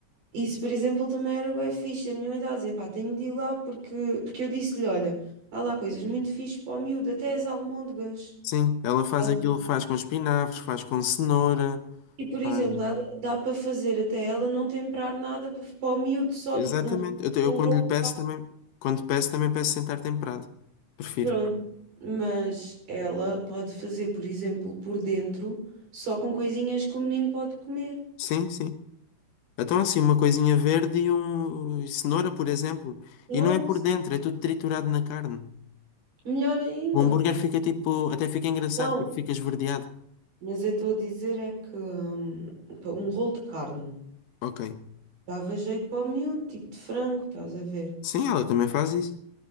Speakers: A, on the right; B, on the left.
A: Isso, por exemplo, também era bem fixe. A minha mãe estava a dizer, pá, tenho de ir lá porque, porque eu disse-lhe, olha, há lá coisas muito fixe para o miúdo, até as almôndegas.
B: Sim, ela faz
A: Ela-
B: aquilo, faz com espinafres, faz com cenoura,
A: E, por
B: faz...
A: exemplo, ela- dá para fazer até ela não temperar nada para, para o miúdo, só
B: Exatamente.
A: tipo um,
B: Eu, te- eu
A: um
B: quando
A: rolo.
B: lhe peço também, quando peço também peço sem estar temperado. Prefiro.
A: Pronto. Mas ela pode fazer, por exemplo, por dentro, só com coisinhas que o menino pode comer.
B: Sim, sim. Então assim, uma coisinha verde e um e cenoura, por exemplo,
A: Cenouras.
B: e não é por dentro, é tudo triturado na carne.
A: Melhor ainda.
B: O hambúrguer fica tipo, até fica engraçado
A: Não,
B: porque fica esverdeado.
A: mas eu estou a dizer é que hum, pá, um rolo de carne.
B: Ok.
A: Dava jeito para o miúdo, tipo de frango, estás a ver?
B: Sim, ela também faz isso.